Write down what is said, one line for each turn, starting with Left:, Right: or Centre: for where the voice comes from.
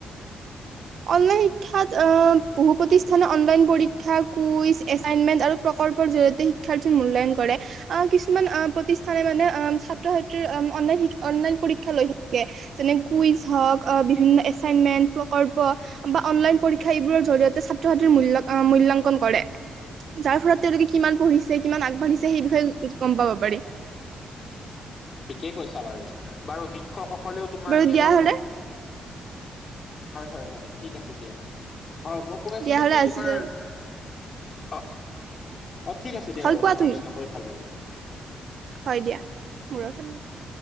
Right: অনলাইন শিক্ষাত অহ, বহু প্ৰতিষ্ঠানে অনলাইন পৰীক্ষা, কুইজ, এচাইনমেন আৰু প্ৰকল্পৰ জৰিয়তে শিক্ষাৰ্থী মূল্যায়ন কৰে। আহ, কিছুমান আহ, প্ৰতিষ্ঠানে মানে ছাত্ৰ-ছাত্ৰীৰ অনলাইন-অনলাইন পৰীক্ষা লৈ থাকে। যেনে কুইজ হওঁক, বিভিন্ন এচাইনমেন, প্ৰকল্প প বা অনলাইন পৰীক্ষা এইবোৰৰ জৰিয়তে ছাত্ৰ-ছাত্ৰীৰ মূল অ, মূল্যাংকন কৰে। যাৰ ফলত তেওঁলোকে কিমান পঢ়িছে, কিমান আগবাঢ়িছে সেই বিষয়ে গম পাব পাৰে।
Left: ঠিকেই কৈছা বাৰু-বাৰু শিক্ষকসকলেও তোমাৰ
Right: বাৰু
Left: কেৱল
Right: দিয়া হলে
Left: হয়- হয়-হয় ঠিক আছে দিয়া হয় মই কৈ আছিলো
Right: দিয়া হলে
Left: কি
Right: আজিলৈ
Left: তোমাৰ অ', অ', ঠিক আছে দিয়া
Right: হয়
Left: বাৰু
Right: কোৱা
Left: মোৰ
Right: তুমি।
Left: আলোচনা কৰি ভাল লাগিল।
Right: হয় দিয়া মোৰ ভাল <unintelligible>